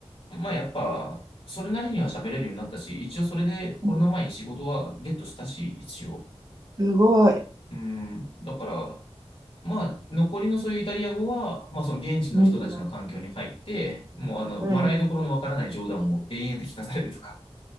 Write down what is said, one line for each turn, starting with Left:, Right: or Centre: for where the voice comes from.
Left: う。まあ、やっぱ、それなりには喋れるようになったし、一応それでコロナ前に仕事はゲットしたし、
Right: い、うん
Left: 一応。
Right: すごい。
Left: うん、だから、まあ、残りのそういうイタリア語は、まあ、その現地の人たちの環境に入って、
Right: うん。
Left: もうあの、
Right: うん。
Left: 笑いどころのわからない冗談を延々と聞かされるとか。